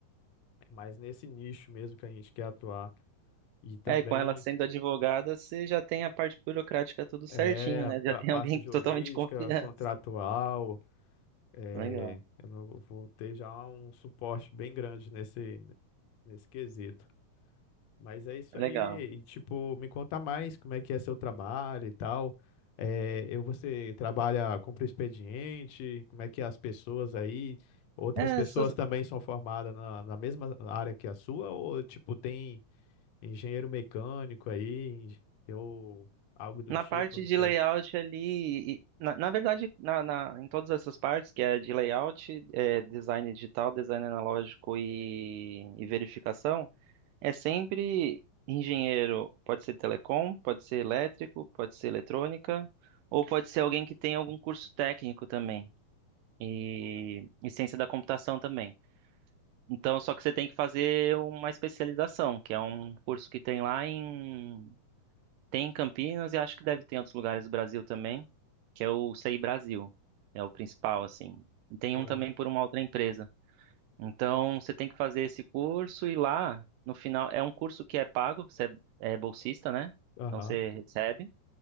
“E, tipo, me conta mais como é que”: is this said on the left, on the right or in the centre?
Left